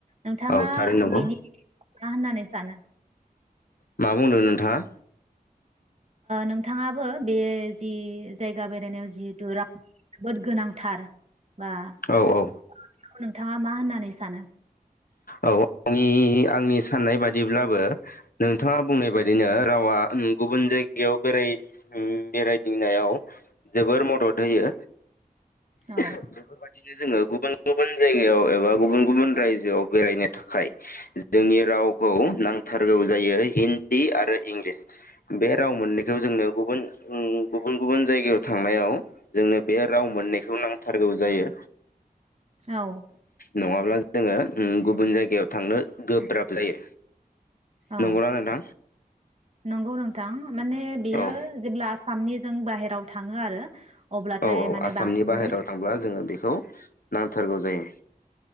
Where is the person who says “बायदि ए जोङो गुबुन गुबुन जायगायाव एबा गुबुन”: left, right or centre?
Left